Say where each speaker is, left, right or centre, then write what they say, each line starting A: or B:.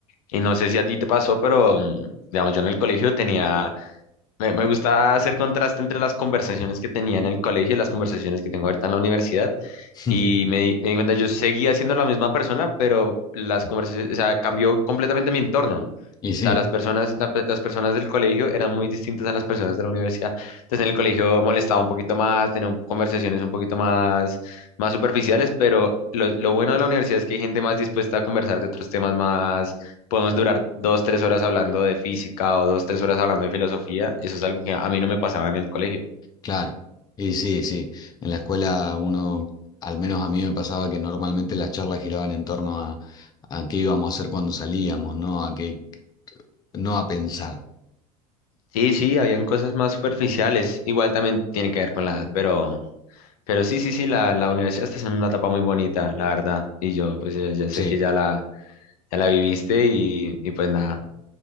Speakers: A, on the left; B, on the left.
A: Y no sé si a ti te pasó, pero, mm, digamos, yo en el colegio tenía Me, me gusta hacer contraste entre las conversaciones que tenía en el colegio y las conversaciones que tengo ahorita en la universidad.
B: <laughs>
A: Y me, di me di cuenta, yo seguía siendo la misma persona, pero las conversaciones, o sea, cambió completamente mi entorno. O
B: Y sí,
A: sea, las personas, la pe- las personas del colegio eran muy distintas a las personas de la universidad. Entonces, en el colegio molestaba un poquito más, tenía un- conversaciones un poquito más, más superficiales, pero lo, lo bueno de la universidad es que hay gente más dispuesta a conversar de otros temas podemos durar dos, tres horas hablando de física o dos, tres horas hablando de filosofía. Eso es algo que a mí no me pasaba en el colegio.
B: claro. Y sí, sí. En la escuela uno, al menos a mí me pasaba que normalmente las charlas giraban en torno a, a qué íbamos a hacer cuando salíamos, ¿no? A qué, no a pensar.
A: Sí, sí, habían cosas más superficiales. Igual también tiene que ver con la edad, pero, pero sí, sí, sí, la, la universidad está en una etapa muy bonita, la verdad. Y yo, pues ya, ya sé
B: Sí,
A: que ya la, ya la viviste y, y pues nada.